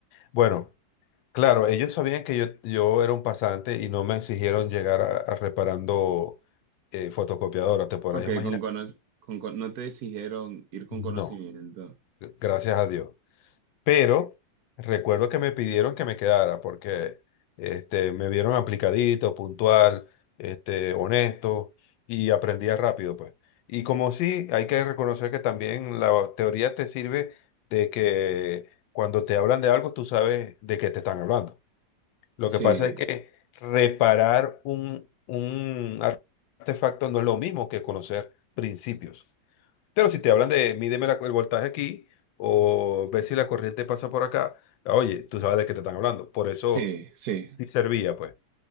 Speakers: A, on the left; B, on the right.
A: Bueno, claro, ellos sabían que yo, yo era un pasante y no me exigieron llegar a, a reparando eh, fotocopiadoras. ¿Te podrás
B: Ok,
A: imaginar?
B: con, cono- con, con- no te exigieron ir con
A: No,
B: conocimiento.
A: gracias a Dios. Pero recuerdo que me pidieron que me quedara porque este, me vieron aplicadito, puntual, este, honesto y aprendía rápido, pues. Y como sí, hay que reconocer que también la teoría te sirve de que cuando te hablan de algo, tú sabes de qué te están hablando. Lo que
B: Sí,
A: pasa es que reparar un, un artefacto no es lo mismo que conocer principios. Pero si te hablan de mídeme la- el voltaje aquí o ve si la corriente pasa por acá, ah, oye, tú sabes de qué te están hablando. Por eso
B: sí, sí.
A: sí servía, pues.